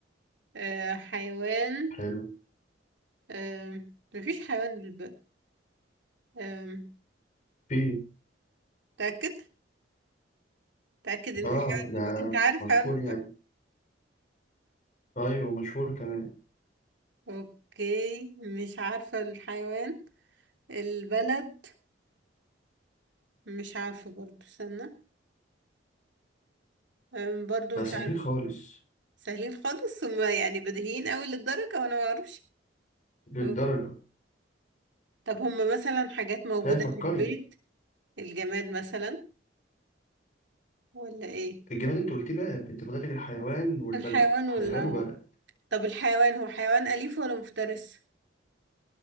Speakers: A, on the right; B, on the left.
A: آه حيوان
B: حلو
A: آه مفيش حيوان بالباء آه
B: ب
A: تأكد تأكد إن
B: اه
A: في حيوان
B: ده
A: بالباء أنت عارف
B: مشهور
A: حيوان بالباء
B: يعني ايوه مشهور كمان
A: أوكي مش عارفة الحيوان البلد مش عارفة برضو استنى آه برضو
B: ده
A: مش
B: سهلين
A: عارفة
B: خالص
A: سهلين خالص هما يعني بديهيين أوي للدرجة وأنا معرفش
B: للدرجة
A: أوك. طب هما مثلا حاجات موجودة
B: خلينا فكري
A: في البيت الجماد مثلا ولا إيه
B: الجماد انت قلتيه بقى انت فاضلك الحيوان والبلد
A: الحيوان
B: حيوان
A: ولا آه.
B: وبلد
A: طب الحيوان هو حيوان أليف ولا مفترس